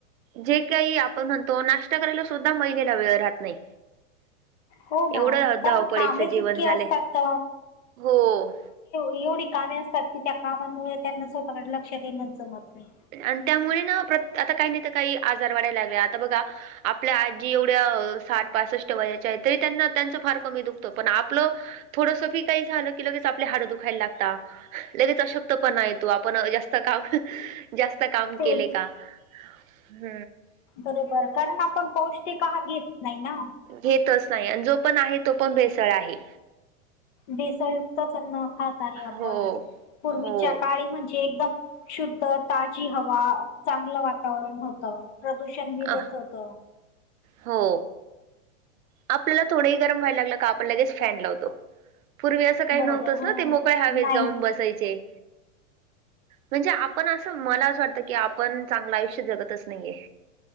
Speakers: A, on the right; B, on the left.
A: जे काही आपण म्हणतो, नाश्ता करायला सुद्धा महिला वेळ राहत नाही.
B: हो ना,
A: एवढं
B: कारण
A: धावपळीचं
B: कामेच
A: जीवन
B: इतकीे
A: झालंय.
B: असतात.
A: हो.
B: एवढी कामे असतात की, त्या कामांमुळे त्यांना स्वतःकडे लक्ष देणच जमत नाही.
A: आणि त्यामुळे ना. प्र आता काही नाही त काही. आजार वाढायला लागले. आता बघा आपल्या आजी एवढ्या साठ पासष्ट वयाच्याये, तरी त्यांना त्यांचं फार कमी दुखत. पण आपलं थोडसी बी काही झालं की लगेच आपल्या हाडं दुखायला लागत लगेच अ पणा येतो आपण जास्त काम, जास्त काम
B: तेच
A: केले का ह
B: बरोबर कारण आपण पौष्टिक आहार घेत नाही ना.
A: घेतच नाही आणि जो पण आहे तो पण भेसळ आहे.
B: दिसळयुक्तच अन्न खात आहे आपण
A: हो
B: पूर्वीच्या
A: हो.
B: काळी म्हणजे एकदम शुद्ध ताजी हवा चांगलं वातावरण होतं प्रदूषण
A: अ
B: देत होत.
A: हो. आपल्याला थोडंही गरम व्हायला लागलं का आपण लगेच फॅन लावतो. पूर्वी असं काही
B: बरोबर
A: नव्हतच ना
B: हो
A: ते मोकळे हवेत
B: नाहीच
A: जाऊन बसायचे. म्हणजे आपण असं मला असं वाटतं की आपण चांगलं आयुष्य जगतच नाहीये.